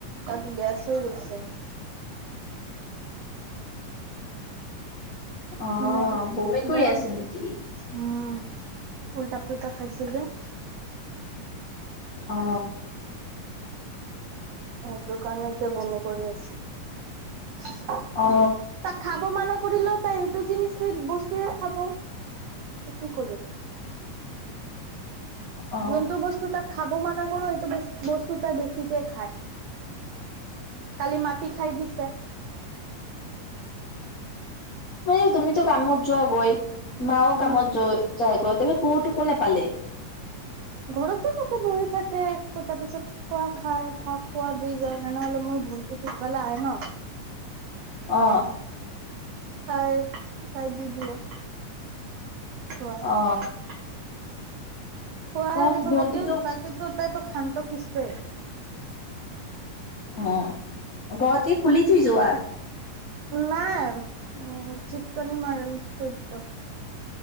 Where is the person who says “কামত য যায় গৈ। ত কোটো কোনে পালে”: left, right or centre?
Left